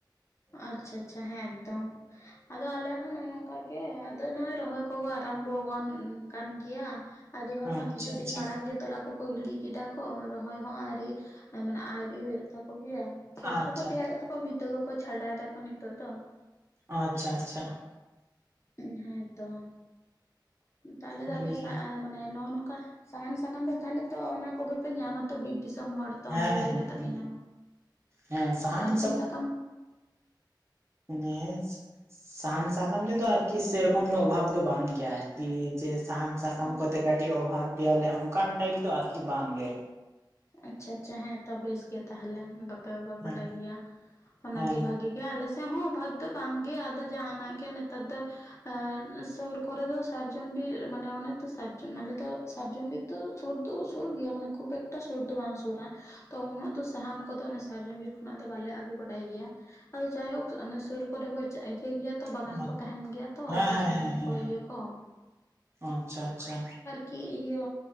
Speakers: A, on the left (about 35°); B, on the right (about 35°).
A: ᱟᱪᱪᱷᱟ ᱟᱪᱪᱷᱟ, ᱦᱮᱸ ᱛᱚ ᱾ ᱟᱫᱚ ᱟᱞᱮ ᱦᱚᱸ ᱱᱚᱜᱼᱚ ᱱᱚᱝᱠᱟ ᱜᱮ ᱟᱫᱚ ᱱᱚᱜᱼᱚᱭ ᱨᱚᱦᱚᱭ ᱠᱚᱜᱚ ᱟᱨᱟᱢᱵᱚ ᱠᱚᱱ ᱠᱟᱱ ᱜᱮᱭᱟ ᱾ ᱟᱹᱰᱤ ᱦᱚᱲᱢᱟ
B: ᱟᱪᱪᱷᱟ
A: ᱠᱤᱪᱷᱩ
B: ᱟᱪᱪᱷᱟ
A: ᱫᱤᱱ ᱢᱟᱲᱟᱝ ᱜᱮ ᱛᱚᱞᱟᱼᱼ ᱠᱚ ᱠᱚ ᱜᱤᱲᱤ ᱠᱮᱫᱟ ᱠᱚ, ᱨᱚᱦᱚᱭ ᱦᱚᱸ ᱟᱹᱣᱨᱤ ᱢᱟᱱᱮ ᱟᱹᱣᱨᱤ ᱦᱩᱭᱩᱜ ᱛᱟᱠᱚ ᱜᱮᱭᱟ ᱾ ᱠᱷᱮᱛ
B: ᱟᱪᱪᱷᱟ
A: ᱠᱚᱠᱚ ᱛᱮᱭᱟᱨ ᱮᱛ ᱛᱟᱠᱚᱣᱟ, ᱵᱷᱤᱛᱟᱹ ᱠᱚᱠᱚ ᱪᱷᱟᱰᱟᱭ ᱫᱟᱠᱚ ᱱᱤᱛᱚᱜ ᱫᱚ ᱾
B: ᱟᱪᱪᱷᱟ ᱟᱪᱪᱷᱟ ᱾
A: ᱦᱮᱸᱛᱚ, ᱛᱟᱦᱚᱞᱮ ᱫᱚ
B: ᱢᱟᱱᱮ
A: ᱟᱯᱮ ᱥᱟᱜ ᱢᱟᱱᱮ ᱱᱚᱜᱼᱚ ᱱᱚᱝᱠᱟᱼᱼ ᱥᱟᱦᱟᱱ ᱥᱟᱠᱟᱢ ᱫᱚ ᱛᱟᱦᱚᱞᱮ ᱛᱚ ᱚᱱᱟ ᱠᱚᱜᱮ ᱯᱮ ᱧᱟᱢᱟ ᱛᱚ ᱵᱤᱨ ᱫᱤᱥᱚᱢ ᱦᱚᱲ ᱾ ᱛᱚ
B: ᱦᱮᱸ
A: ᱵᱤᱨ ᱨᱮᱜᱮ
B: ᱦᱮᱸ
A: ᱛᱚᱯᱮ
B: ᱦᱮᱸ
A: ᱧᱟᱢᱟ
B: ᱦᱮᱸ ᱥᱟᱦᱟᱱ
A: ᱥᱟᱨᱡᱚᱢ ᱥᱟᱠᱟᱢ ᱾
B: ᱩᱱᱮᱥᱼᱼ ᱥᱟᱦᱟᱱ ᱥᱟᱠᱟᱢ ᱛᱮᱫᱚ ᱟᱨᱠᱤ ᱥᱮᱨᱚᱠᱚᱢ ᱫᱚ ᱚᱵᱷᱟᱵ ᱫᱚ ᱵᱟᱝ ᱜᱮᱭᱟ ᱟᱨᱠᱤ ᱡᱮ ᱥᱟᱦᱟᱱᱼᱼ ᱥᱟᱠᱟᱢ
A: ᱟᱪᱪᱷᱟ
B: ᱠᱚᱛᱮᱜ ᱠᱟᱹᱴᱤᱡ ᱚᱵᱷᱟᱵ ᱜᱮᱭᱟᱞᱮ ᱚᱝᱠᱟᱱ ᱴᱟᱭᱤᱯ ᱫᱚ ᱟᱨᱠᱤ ᱵᱟᱝᱜᱮ ᱾
A: ᱟᱪᱪᱷᱟ ᱟᱪᱪᱷᱟ ᱦᱮᱸᱛᱚ ᱵᱮᱥ ᱜᱮ ᱛᱟᱦᱚᱞᱮ, ᱵᱟᱯᱮ ᱚᱵᱷᱟᱵ
B: ᱦᱮᱸ
A: ᱵᱟᱲᱟᱭ ᱜᱮᱭᱟ ᱚᱱᱟᱜᱮ
B: ᱦᱮᱸ
A: ᱵᱷᱟᱜᱤ ᱾ ᱟᱞᱮ ᱥᱮᱫ ᱦᱚᱸ ᱚᱵᱷᱟᱵ ᱫᱚ ᱵᱟᱝ ᱜᱮ ᱟᱫᱚ ᱡᱟᱦᱟᱸ ᱱᱟᱜ ᱜᱮ ᱱᱮᱛᱟᱨ ᱫᱚᱼᱼ ᱮᱸ ᱥᱳᱨ ᱠᱚᱨᱮ ᱫᱚ ᱥᱟᱨᱡᱚᱢ ᱵᱤᱨ ᱢᱟᱱᱮ ᱚᱱᱮ ᱛᱚ ᱥᱟᱨᱡᱚᱢ ᱟᱞᱮ ᱫᱚᱼᱼ ᱥᱟᱨᱡᱚᱢ ᱵᱤᱨ ᱫᱚ ᱥᱮᱨ ᱫᱚ ᱥᱩᱪᱨ ᱜᱮᱭᱟ ᱢᱟᱱᱮ ᱠᱷᱩᱵ ᱮᱠ ᱴᱟ ᱥᱩᱨ ᱫᱚ ᱵᱟᱝ ᱥᱩᱨᱟ, ᱛᱚ ᱩᱱᱟᱹᱜ ᱫᱚ ᱥᱟᱦᱟᱱ ᱠᱚᱫᱚ ᱚᱱᱮ ᱥᱟᱨᱡᱚᱢ ᱵᱤᱨ ᱠᱷᱚᱱᱟᱜ ᱫᱚ ᱵᱟᱞᱮ ᱟᱹᱜᱩ ᱵᱟᱲᱟᱭ ᱜᱮᱭᱟ ᱾ ᱟᱫᱚ ᱡᱟᱭᱦᱳᱠ ᱚᱱᱮ ᱥᱩᱨ ᱠᱚᱨᱮ ᱠᱚᱡᱼᱼ ᱪᱟᱜ ᱤᱭᱟᱹᱭ ᱜᱮᱭᱟ ᱛᱚ, ᱵᱟᱜᱟᱱ
B: ᱦᱮᱸ
A: ᱠᱚ ᱛᱟᱦᱮᱱ ᱜᱮᱭᱟ ᱛᱚ
B: ᱦᱮᱸ
A: ᱟᱠᱟᱥᱢᱩᱱᱤ
B: ᱦᱮᱸ ᱦᱮᱸ
A: ᱠᱚ
B: ᱦᱮᱸ
A: ᱤᱭᱟᱹ ᱠᱚ ᱾
B: ᱟᱪᱪᱷᱟ ᱟᱪᱪᱷᱟ ᱾
A: ᱠᱤ ᱤᱭᱟᱹ